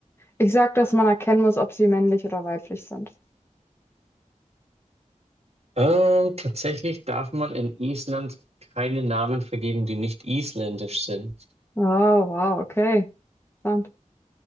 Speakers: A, on the left (about 20°); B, on the right (about 50°).
A: Ich sag, dass man erkennen muss, ob sie männlich oder weiblich sind.
B: Ähm, tatsächlich darf man in Island keine Namen vergeben, die nicht isländisch sind.
A: Oh, wow, okay. Interessant.